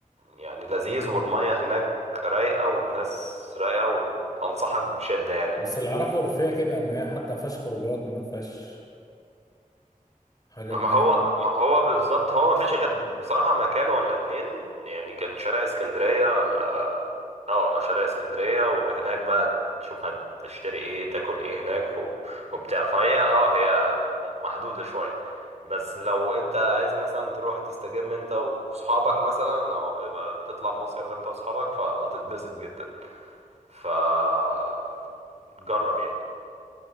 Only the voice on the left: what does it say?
بس اللي اعرفه فيها كده ان هي حتى ما فيهاش خروجات ما فيهاش حاجه
من الحاجات
دي